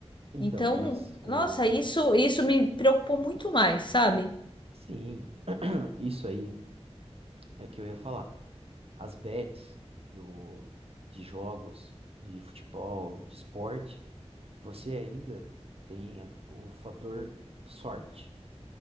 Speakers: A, on the right (about 60°); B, on the left (about 45°).
A: Então,
B: Então,
A: mas o.
B: nossa, isso, isso me preocupou muito mais, sabe?
A: Sim, <clears throat> isso aí é que eu ia falar. As bets do... de jogos, de futebol, de esporte, você ainda tem a- o fator sorte.